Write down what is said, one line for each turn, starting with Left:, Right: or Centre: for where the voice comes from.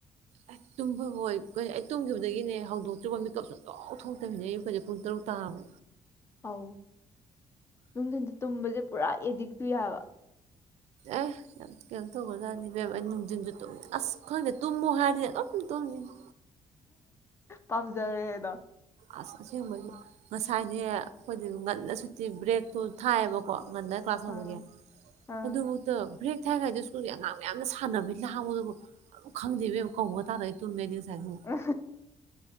Right: ꯑꯩ ꯇꯨꯝꯕ ꯍꯣꯏ ꯑꯩ ꯇꯨꯝꯈꯤꯕꯗꯒꯤꯅꯦ ꯍꯧꯗꯣꯛꯇ꯭ꯔꯤꯕ ꯃꯤꯦꯀꯞ ꯁ ꯂ ꯂꯧ ꯊꯣꯛꯣꯛꯇꯃꯤꯅꯦ ꯑꯌꯨꯛ ꯈꯗꯤꯛ ꯄꯨꯡ ꯇꯔꯨꯛ ꯇꯥꯕ
Left: ꯑꯥꯎ ꯅꯨꯡꯊꯤꯜ ꯇꯨꯝꯕꯁꯦ ꯄꯨꯔꯥ ꯑꯦꯗꯤꯛꯇꯛꯇꯨ ꯌꯥꯕ
Right: ꯑꯦ ꯌꯥꯝ ꯀꯩꯅꯣ ꯇꯧꯒꯖꯥꯅꯤ ꯕꯦꯝꯕ ꯑꯩ ꯅꯨꯡꯊꯤꯟꯁꯨ ꯇꯨꯝ ꯑꯁ ꯈꯪꯗꯦ ꯇꯨꯝꯃꯨ ꯍꯥꯏꯔꯤꯅꯦ ꯂꯣꯏ ꯇꯨꯝꯁꯤꯅꯤ
Left: ꯄꯥꯝꯖꯔꯦꯗ
Right: ꯑꯁ ꯑꯁꯦꯡꯕꯁꯦ ꯉꯁꯥꯏꯅꯦ ꯑꯩꯈꯣꯏꯗꯤ ꯉꯜꯂ ꯁꯨꯠꯇꯤ ꯕ꯭ꯔꯦꯛꯇꯣ ꯊꯥꯏꯌꯦꯕꯀꯣ ꯃꯟꯗ ꯀ꯭ꯂꯥꯁ
Left: ꯑꯥ
Right: ꯍꯧꯕꯒꯤ
Left: ꯑꯥ
Right: ꯑꯗꯨꯐꯨꯛꯇ ꯕ꯭ꯔꯦꯛ ꯏꯊꯥꯏ ꯀꯥꯏꯗ ꯁ꯭ꯀꯨꯜꯒꯤ ꯑꯉꯥꯡ ꯃꯌꯥꯝꯅ ꯁꯥꯟꯅꯕꯩ ꯂꯍꯥꯡꯕꯗꯨꯕꯨ ꯑꯗꯨꯝ ꯈꯪꯗꯦꯕꯕ ꯀꯧꯒ ꯇꯥꯔꯗꯤ ꯇꯨꯝꯃꯦ ꯉꯁꯥꯏꯁꯨ
Left: ꯑ